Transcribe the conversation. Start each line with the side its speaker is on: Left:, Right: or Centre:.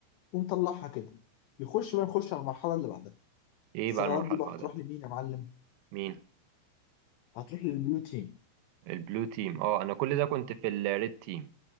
Left: ومطلعها كده يخش بقى نخش على المرحله اللي بعدها
Right: إيه
Left: الثغرات
Right: بقى المرحلة
Left: دي بقى
Right: اللي بعدها
Left: هتروح لمين يا معلم
Right: مين
Left: هتروح للبلو تيم
Right: البلو تيم اه انا كل ده كنت في الريد تيم